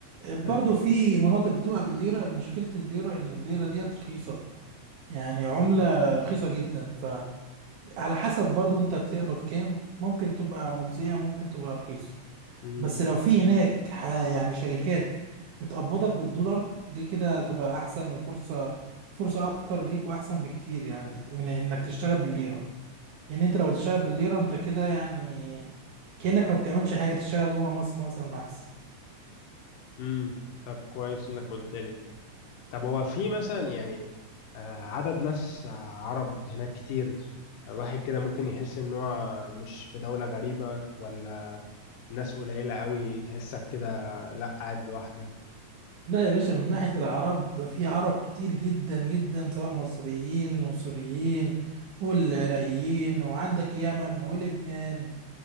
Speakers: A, on the right; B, on the left.
A: برضه
B: حلو
A: في مناطق بتبقى بالليرة مشكلة الليرة إن الليرة ديت رخيصة يعني عملة رخيصة جدا فعلى حسب برضه انت بتقبض كام ممكن تبقى مجزية ممكن تبقى رخيصة
B: امم
A: بس لو في هناك ح- يعني شركات بتقبضك بالدولار دي كده تبقى احسن وفرصة فرصة اكتر ليك واحسن بكتير يعني من انك تشتغل بالليرة لان انت لو تشتغل بالليرة انت كده يعني كأنك ما بتعملش حاجة تشتغل جوه مصر مثلا احسن
B: امم طب كويس انك قلت لي طب هو في مثلا يعني آه، عدد ناس آه، عرب هناك كتير آه، واحد كده ممكن يحس ان هو مش في دوله غريبه ولا ناس قليله قوي تحسك كده لا قاعد لوحدك
A: لا يا باشا من ناحية العرب ده في عرب كتير جدا جدا سواء مصريين وسوريين والعراقيين وعندك يمن ولبنان